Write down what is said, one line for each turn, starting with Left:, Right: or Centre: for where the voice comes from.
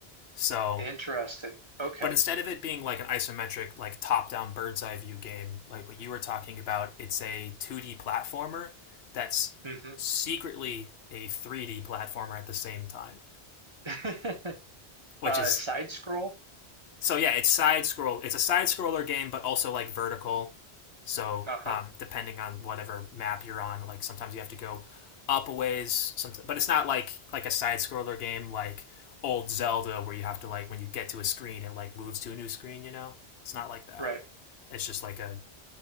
Left: So,
Right: Interesting. Okay.
Left: but instead of it being like an isometric, like top-down bird's eye view game, like what you were talking about, it's a 2D platformer that's
Right: hmm
Left: secretly a 3D platformer at the same time,
Right: <laughs>
Left: which
Right: uh,
Left: is
Right: side scroll.
Left: so yeah, it's side scroll. It's a side scroller game, but also like vertical. So
Right: Uh-huh.
Left: um, depending on whatever map you're on, like sometimes you have to go up a ways. Sometimes, but it's not like like a side scroller game like old Zelda where you have to like when you get to a screen it like moves to a new screen. You know, it's not like that.
Right: Right.
Left: It's just like a